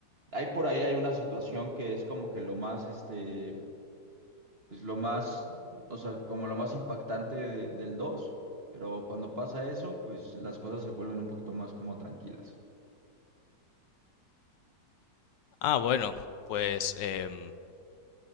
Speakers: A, on the right; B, on the left.
A: Hay por ahí, hay una situación que es como que lo más, este pues lo más, o sea, como lo más impactante de- del dos pero cuando pasa eso, pues las cosas se vuelven un poquito más como tranquilas.
B: Ah, bueno, pues em,